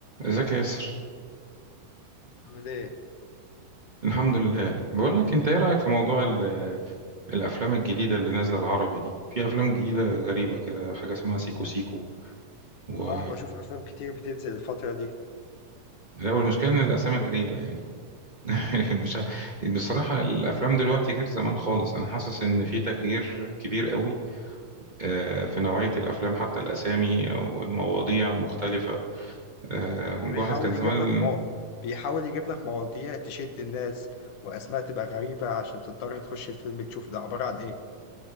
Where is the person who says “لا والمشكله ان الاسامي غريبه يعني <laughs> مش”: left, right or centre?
Right